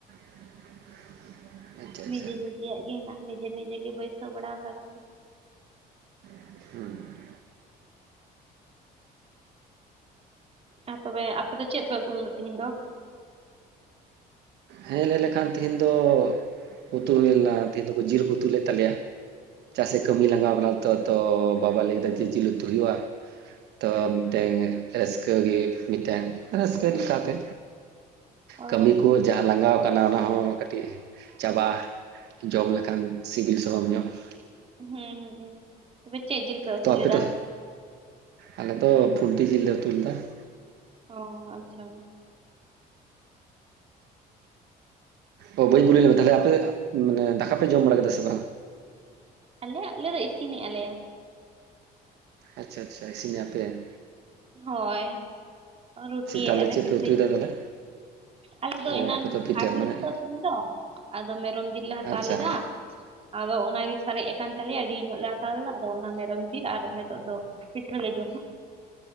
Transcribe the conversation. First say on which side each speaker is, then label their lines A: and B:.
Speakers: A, on the right; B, on the right.
A: <unintelligible>
B: ᱱᱤᱡᱮ
A: ᱟᱪᱪᱷᱟ
B: ᱱᱤᱡᱮᱭᱟᱜ ᱜᱮ ᱦᱮᱱᱟᱜᱼᱟ ᱱᱤᱡᱮ ᱱᱤᱡᱮ ᱜᱮ ᱵᱟᱹᱭᱥᱟᱹᱣ ᱵᱟᱲᱟ ᱠᱟᱫᱟ ᱞᱮ ᱾
A: <unintelligible>
B: ᱟᱨ ᱛᱚᱵᱮ ᱟᱯᱮ ᱫᱚ ᱪᱮᱫ ᱯᱮ ᱩᱫ ᱞᱮᱫᱟ ᱛᱤᱦᱤᱧ ᱫᱚ?
A: ᱦᱮᱸ ᱞᱟᱹᱭ ᱞᱮᱠᱷᱟᱱ ᱛᱤᱦᱤᱧ ᱫᱚ ᱩᱛᱩ ᱦᱩᱭ ᱞᱮᱱᱟ ᱛᱤᱦᱤᱧ ᱫᱚᱠᱚ ᱡᱤᱞ ᱠᱚ ᱩᱛᱩ ᱞᱮᱫ ᱛᱟᱞᱮᱭᱟ᱾ ᱪᱮᱫᱟ ᱥᱮ ᱠᱟᱹᱢᱤ ᱞᱟᱸᱜᱟᱣ ᱠᱟᱱᱟ ᱛᱚ ᱛᱚ ᱵᱟᱵᱟ ᱞᱟᱹᱭ ᱠᱮᱫᱟ ᱡᱮ ᱡᱤᱞ ᱩᱛᱩ ᱦᱩᱭᱩᱜᱼᱟ᱾ ᱛᱚ ᱢᱤᱫᱴᱮᱱ ᱨᱟᱹᱥᱠᱟ ᱜᱮ ᱢᱤᱫᱴᱮᱱ ᱨᱟᱹᱥᱠᱟᱹ ᱞᱮᱠᱟᱛᱮ
B: ᱚ
A: ᱠᱟᱹᱢᱤ ᱠᱚ ᱡᱟᱦᱟᱸ ᱞᱟᱸᱜᱟᱣ ᱠᱟᱱᱟ ᱚᱱᱟ ᱦᱚᱸ ᱠᱟᱹᱴᱤᱡ ᱪᱟᱵᱟᱜᱼᱟ ᱡᱚᱢ ᱞᱮᱠᱷᱟᱱ᱾ ᱥᱤᱵᱤᱞ ᱥᱚᱲᱚᱢ ᱧᱚᱜ ᱾
B: ᱦᱩᱸ ᱦᱩᱸ ᱦᱩᱸ ᱛᱚᱵᱮ ᱪᱮᱫ ᱡᱮᱞ ᱯᱮ ᱩᱛᱩ
A: ᱛᱚ ᱟᱯᱮ
B: ᱞᱮᱫᱟ?
A: ᱫᱚ ᱟᱞᱮ ᱫᱚ ᱯᱩᱞᱴᱤ ᱡᱤᱞ ᱞᱮ ᱩᱛᱩ ᱞᱮᱫᱟ ᱾
B: ᱚ ᱟᱪᱪᱷᱟ ᱾
A: ᱚ ᱵᱟᱹᱧ ᱠᱩᱞᱤ ᱞᱮᱢᱮᱭᱟ ᱛᱟᱦᱚᱞᱮ ᱟᱯᱮ ᱢᱟᱱᱮ ᱫᱟᱠᱟ ᱯᱮ ᱡᱚᱢ ᱵᱟᱲᱟ ᱠᱮᱫᱟ ᱥᱮ ᱵᱟᱝ?
B: ᱟᱞᱮ ᱟᱞᱮ ᱞᱮ ᱤᱥᱤᱱᱮᱜ ᱟᱞᱮ ᱾
A: ᱟᱪᱪᱷᱟ ᱟᱪᱪᱷᱟ ᱤᱥᱤᱱᱮ ᱟᱯᱮ ᱾
B: ᱦᱳᱭ ᱨᱩᱴᱤᱭᱮᱜ
A: ᱛᱟᱦᱚᱞᱮ
B: ᱟᱞᱮ
A: ᱪᱮᱫ
B: ᱯᱤᱴᱷᱟᱹᱭᱮᱜ
A: ᱯᱮ ᱩᱛᱩᱭᱮᱫᱟ
B: ᱟᱞᱮ
A: ᱛᱟᱦᱚᱞᱮ
B: ᱾ ᱟᱞᱮ ᱫᱚ
A: ᱚ
B: ᱮᱱᱟᱱ
A: ᱟᱯᱮ ᱯᱤᱴᱷᱟᱹ
B: ᱦᱟᱴ ᱦᱩᱭᱱᱟᱛᱚ
A: ᱢᱟᱱᱮ
B: ᱛᱤᱦᱤᱧ ᱫᱚ ᱟᱫᱚ ᱢᱮᱨᱚᱢ ᱡᱤᱞ ᱞᱮ ᱦᱟᱛᱟᱣ
A: ᱟᱪᱪᱷᱟ
B: ᱞᱮᱫᱟ᱾ ᱟᱫᱚ ᱚᱱᱟᱜᱮ ᱥᱟᱨᱮᱡ ᱟᱠᱟᱱ ᱛᱟᱞᱮᱭᱟ ᱟᱹᱰᱤ ᱧᱚᱜ ᱞᱮ ᱦᱟᱛᱟᱣ ᱞᱮᱫᱟ ᱟᱫᱚ ᱚᱱᱟ ᱢᱮᱨᱚᱢ ᱡᱤᱞ ᱟᱨ ᱱᱤᱛᱚᱜ ᱫᱚ ᱯᱤᱴᱷᱟᱹ ᱞᱮ ᱡᱚᱢᱟ᱾